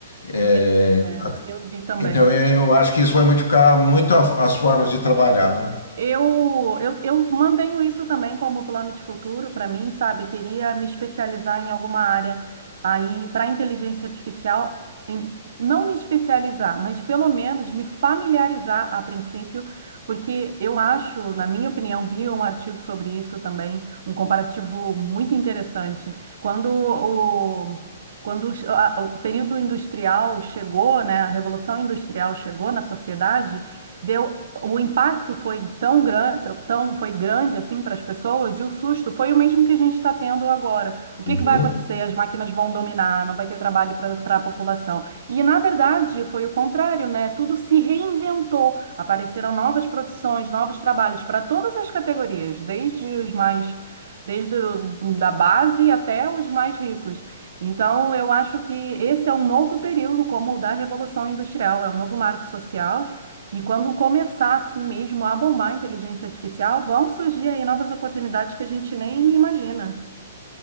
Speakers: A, on the left (about 85°); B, on the right (about 65°).
A: É,
B: Entendi, é.
A: a-
B: Eu vi também.
A: então eu acho que isso vai modificar muito a- as formas de trabalhar, né?
B: Eu, eu, eu mantenho isso também como plano de futuro para mim, sabe? Queria me especializar em alguma área aí para inteligência artificial, em- não me especializar, mas pelo menos me familiarizar a princípio, porque eu acho, na minha opinião, vi um artigo sobre isso também, um comparativo muito interessante. Quando o Quando os- a- o período industrial chegou, né, a revolução industrial chegou na sociedade, deu o impacto foi tão grande, tão foi grande assim para as pessoas e o susto foi o mesmo que a gente está tendo agora. O que
A: Uhum.
B: que vai acontecer? As máquinas vão dominar, não vai ter trabalho para a população. E na verdade foi o contrário, né? Tudo se reinventou, apareceram novas profissões, novos trabalhos para todas as categorias, desde os mais desde o, da base até os mais ricos. Então, eu acho que esse é um novo período, como o da Revolução Industrial, é um novo marco social e quando começar assim mesmo a bombar a inteligência artificial, vão surgir aí novas oportunidades que a gente nem imagina.